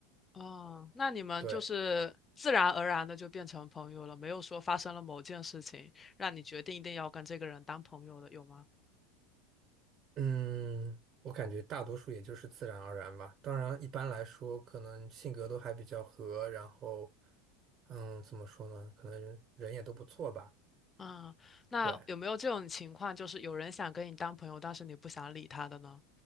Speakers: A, on the left (about 25°); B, on the right (about 35°).
A: 哦，那你们就是自然而然的就变成朋友了，
B: 对，
A: 没有说发生了某件事情让你决定一定要跟这个人当朋友的，有吗？
B: 嗯，我感觉大多数也就是自然而然吧。当然，一般来说，可能性格都还比较合，然后，嗯，怎么说呢？可能人也都不错吧。
A: 嗯，那有没有这种情况，
B: 对，
A: 就是有人想跟你当朋友，但是你不想理他的呢？